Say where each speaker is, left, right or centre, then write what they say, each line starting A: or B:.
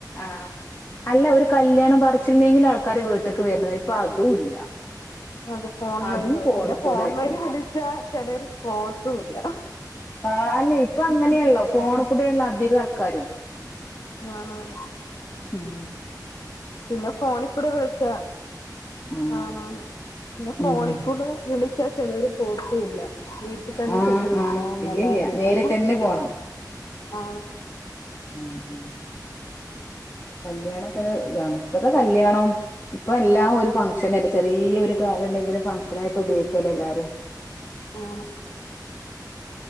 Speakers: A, on the left (about 35°); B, on the left (about 60°).
A: ആ അല്ല ഒരു കല്യാണം പർച്ചിൽനെങ്കിലും ആൾക്കാര് വീട്ടിക്ക് വരുനതാ ഇപ്പൊ അതും ഇല്ല
B: അത് ഫോൺ
A: അതും
B: വഴിയാ
A: ഫോണ്
B: പിന്നെ ഫോൺ
A: കൂടാക്കി
B: വഴി വിളിച്ചാ ചിലര് <unintelligible> തൂല്ല
A: ആ അ ന്നെ ഇപ്പൊ അങ്ങനെയള്ളോ ഫോണ് കൂടെ ഉള്ളോ അധികം ആൾക്കാരും
B: ആണാണ്
A: ഏ
B: പിന്നെ ഫോണിൽ കൂടെ വിളിച്ച
A: ആഹ്
B: ആ പിന്നെ ഫോണിൽ
A: ഉം
B: കൂടെ വിളിച്ചാ ആ പിന്നെ ഫോണിൽ കൂടെ വിളിച്ചാ ചെലര് പോകത്തും ഇല്ല വീട്ടിൽ തന്നെ
A: ആഹ്
B: ചെന്ന് വിളിക്കണം
A: ആഹ്
B: എന്നുള്ള
A: ഇല്ലില്ല
B: ഒരിതാ
A: നേരിട്ടെന്നെ പോണം
B: ആ
A: ഉം ഉം കല്യാണൊക്കെ ഒരു ഇതാണ് ഇപ്പത്തെ കല്യാണും ഇപ്പൊ എല്ലാം ഒരു ചെറിയൊ ഒരു കാര്യം ഉണ്ടെങ്കിലും ഫംഗഷൻ ആയിട്ട് ഉപയോഗിക്കല്ലോ എല്ലാരും
B: ആ